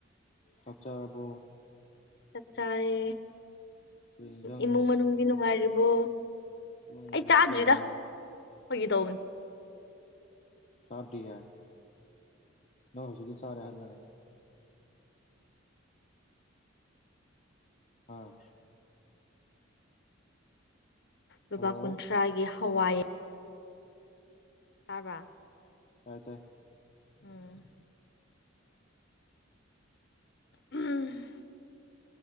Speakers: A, on the left (about 35°); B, on the left (about 60°).
A: ꯆꯥꯛꯆꯔꯕꯣ
B: ꯆꯥꯛ ꯆꯥꯔꯦ
A: ꯀꯔꯤ ꯌꯦꯟꯖꯥꯡꯅꯣ
B: ꯏꯃꯨꯡ ꯃꯅꯨꯡꯗꯤ ꯅꯨꯡꯉꯥꯏꯔꯤꯕꯣ
A: ꯏꯃꯨꯡ ꯃꯅꯨꯡꯁꯨ
B: ꯑꯩ ꯆꯥꯗ꯭ꯔꯤꯗ
A: ꯅꯨꯡꯉꯥꯏꯔꯤ
B: ꯐꯣꯏꯒꯤ ꯇꯧꯕꯅꯤ
A: ꯆꯥꯗꯤꯔꯆꯦ ꯅ ꯍꯧꯖꯤꯛꯀꯤ ꯆꯥꯔꯦ ꯍꯥꯏꯟꯖꯅꯦ ꯑꯥ
B: ꯂꯨꯄꯥ
A: ꯍꯜꯂꯣ
B: ꯀꯨꯟꯊ꯭ꯔꯥꯒꯤ ꯍꯋꯥꯏ ꯇꯥꯔꯕ
A: ꯇꯥꯏ ꯇꯥꯏ
B: ꯎꯝ ꯎꯝ,